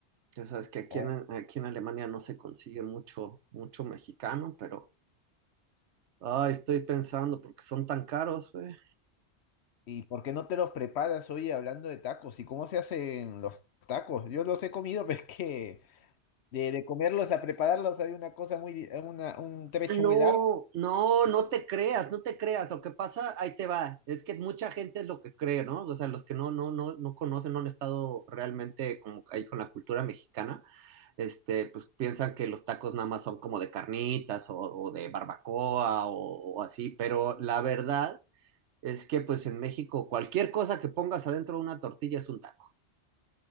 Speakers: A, on the right; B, on the left.
A: Ya sabes que aquí
B: Oh,
A: en, aquí en Alemania no se consigue mucho, mucho mexicano, pero ay, estoy pensando porque son tan caros, güey.
B: ¿Y por qué no te los preparas hoy hablando de tacos? ¿Y cómo se hacen los tacos? Yo los he comido, <laughs> pero es que de, de comerlos a prepararlos hay una cosa muy, di- una- un trecho
A: Ah, No,
B: muy largo.
A: no, no te creas, no te creas. Lo que pasa, ahí te va, es que mucha gente es lo que cree, ¿no? O sea, los que no, no, no, no conocen, no han estado realmente como ahí con la cultura mexicana, este, pues piensan que los tacos nada más son como de carnitas o, o de barbacoa o, o así, pero la verdad es que pues en México cualquier cosa que pongas adentro de una tortilla es un taco.